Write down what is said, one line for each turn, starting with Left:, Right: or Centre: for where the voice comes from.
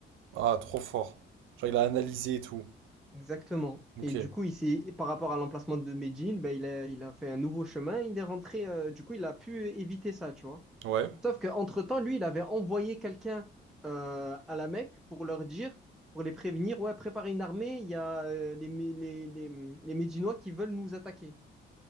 Right: Ah, trop fort. Genre, il a analysé et tout.
Centre: Exactement.
Right: Ok.
Centre: Et du coup, il s'est, par rapport à l'emplacement de Médine, ben, il a, il a fait un nouveau chemin. Il est rentré. euh, du coup, il a pu éviter ça, tu vois.
Right: Ouais.
Centre: Sauf qu'entre-temps, lui, il avait envoyé quelqu'un euh, à la Mecque pour leur dire, pour les prévenir, ouais, préparez une armée. Il y a euh, les, Mé- les, les, les Médinois qui veulent nous attaquer.